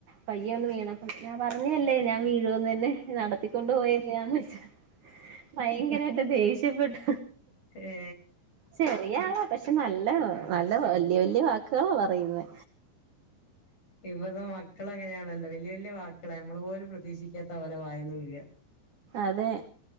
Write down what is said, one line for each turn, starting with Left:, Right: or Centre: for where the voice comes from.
Right: പയ്യ ഒന്ന് വീണപ്പം ഞാൻ പറഞ്ഞയല്ലേ ഞാൻ വീഴുന്ന് എന്നെ നടത്തിക്കൊണ്ട് പോയെ എന്തിന വെച്ച് ഭയങ്കരായിട്ട് ദേഷ്യപ്പെട്ട്
Left: ഏ
Right: ചെറിയ ആളാ പക്ഷെ നല്ല
Left: ആഹ്
Right: നല്ല വല്യ വല്യ വാക്ക ക്ക പറയുന്നെ
Left: ഇപ്പത്ത മക്കൾ അങ്ങനാണല്ലോ വല്യ വല്യ വാക്കുകള നമ്മള് പോലും പ്രതീക്ഷിക്കാത്ത ഓല വായിന്ന് വിഴ
Right: അതെ